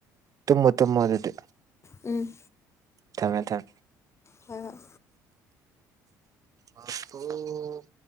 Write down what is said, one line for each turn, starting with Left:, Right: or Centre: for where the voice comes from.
Right: ꯇꯨꯝꯃꯣ ꯇꯨꯝꯃꯣ ꯑꯗꯨꯗꯤ
Left: ꯎꯝ
Right: ꯊꯃꯦ ꯊꯝꯃꯦ
Left: ꯍꯣꯏ ꯍꯣꯏ
Right: ꯑꯣ